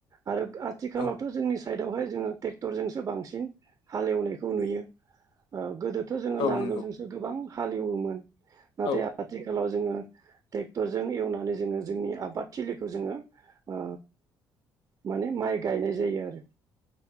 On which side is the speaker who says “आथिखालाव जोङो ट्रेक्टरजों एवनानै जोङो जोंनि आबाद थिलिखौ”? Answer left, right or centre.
Right